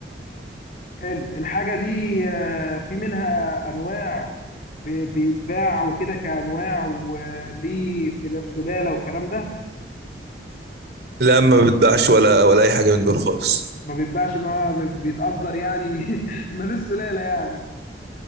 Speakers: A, on the left; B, on the right.
A: حلو الحاجه دي آه، في منها انواع ب- بيتباع وكده كانواع وليه سل- سلاله والكلام ده
B: لا ما بتباعش ولا ولا أي حاجة من دول خالص
A: ما بيتباعش ان هو بيتأجر يعني <laughs> ملوش سلالة يعني